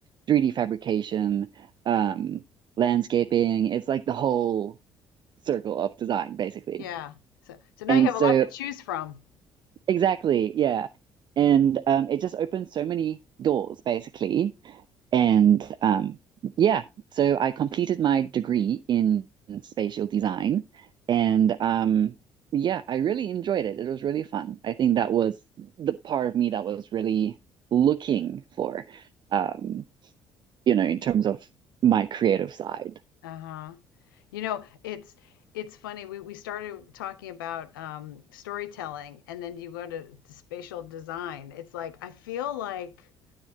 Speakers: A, on the right (about 40°); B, on the left (about 70°).
A: 3D fabrication, um, landscaping. It's like the whole circle of design, basically.
B: yeah. So, so now
A: And
B: you have
A: so,
B: a lot to choose from.
A: exactly, yeah. And um, it just opens so many doors, basically. And um, yeah, so I completed my degree in spatial design. And um, yeah, I really enjoyed it. It was really fun. I think that was the part of me that was really looking for, um, you know, in terms of my creative side.
B: Uh-huh. You know, it's it's funny. We we started talking about um, storytelling, and then you go to spatial design. It's like I feel like